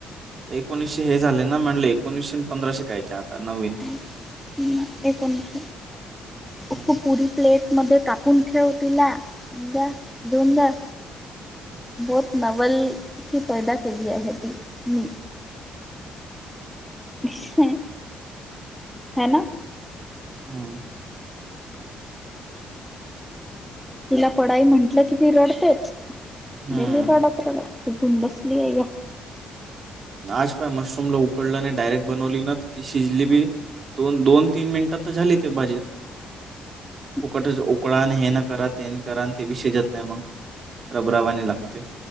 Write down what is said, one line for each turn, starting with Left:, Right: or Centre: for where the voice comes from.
Right: एकोणीसशे हे झाले ना म्हणले एकोणीसशे पंधराशे काय ते आता नवीन
Centre: अ नाय एकोणीस फक्त
Right: हम्म
Centre: पुरी प्लेट मध्ये कापून ठेव तिला द्या दिऊन द्या बहुत नवल ती पैदा केली आहे ती मी काय हे ना
Right: ह्म्म
Centre: तिला पडाई म्हंटलं कि ती रडतेच
Right: हम्म.
Centre: गेली रडत, रडत फुगुन बसली आहे
Right: आज काय मशरूमला उकडलं डायरेक्ट बनवली ना ती शिजली बी तोन दोन, तीन मिंट तर झाली ते भाजी
Centre: <inaudible>
Right: फुकटच उकडा आणि हे ना करा ते न करा आणि ते बी शिजत नाही मंग रबरावाने लागते